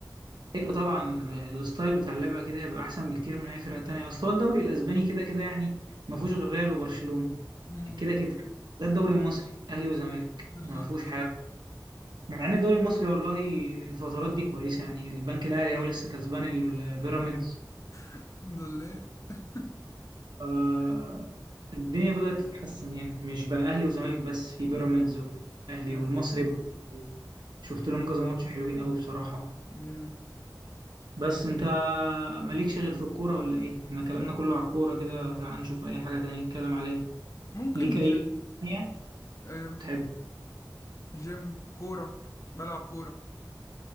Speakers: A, on the right; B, on the left.
A: ايوه طبعا ال- الستايل بتاع اللعبه كده يبقى احسن بكتير من اي فرقه تانية اصل هو الدوري الاسباني كده كده يعني ما فيهوش غير ريال وبرشلونه
B: <laughs> مم.
A: كده كده ده الدوري المصري اهلي وزمالك
B: بالظبط
A: ما فيهوش حاجه مع ان الدوري المصري والله الفترات دي كويسه يعني البنك الاهلي هو لسه كسبان البيراميدز
B: الحمد لله <laughs>
A: آه، الدنيا بدأت تتحسن يعني مش بقى أهلي وزمالك بس في
B: مم.
A: بيراميدز والأهلي
B: ايوه
A: والمصري برضه. شفت لهم كذا ماتش حلوين قوي بصراحة
B: جامد
A: بس انت مالكش غير في الكورة ولا ايه؟ احنا كلامنا كله على الكورة كده تعال نشوف اي حاجة تانية نتكلم عليها
B: ممكن
A: ليك اي
B: جيم
A: تانية
B: آه،
A: تحب
B: جيم كورة بلعب كورة